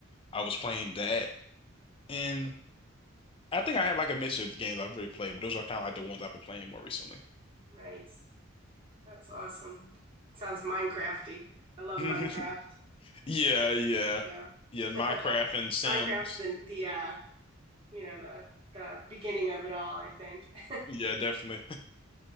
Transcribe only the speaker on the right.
nice. That's awesome. Sounds Minecrafty. I love
Minecraft.
That's a good
game too.
<laughs>
Minecraft's the the uh, you know, the the beginning of it all, I think. <laughs>